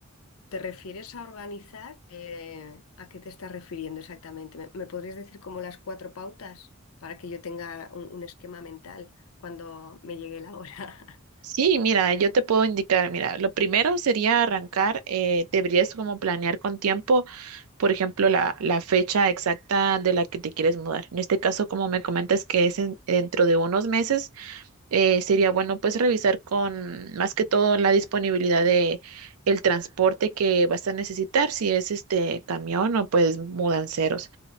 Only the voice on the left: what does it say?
te refieres a organizar, eh, ¿a qué te estás refiriendo exactamente? ¿Me, me podrías decir como las cuatro pautas para que yo tenga un un esquema mental cuando me llegue la hora?